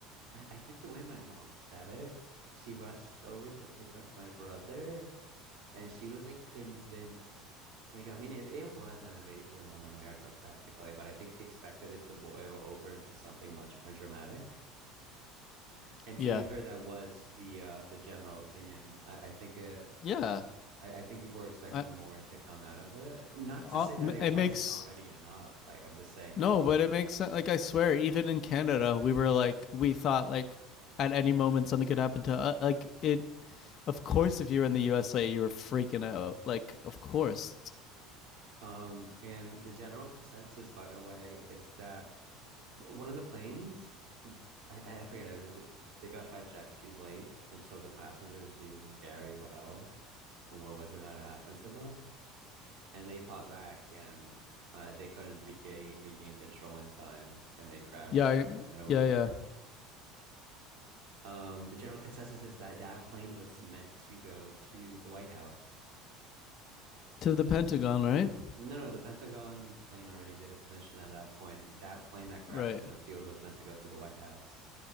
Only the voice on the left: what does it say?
Yeah,
yeah.
I,
Uh,
it
makes
no, but it makes sen- like I swear, even in Canada, we were like we thought like at any moment something could happen to uh, like it. Of course, if you were in the USA, you were freaking out. Like, of course.
Yeah, I,
yeah,
yeah.
To the Pentagon, right?
Right.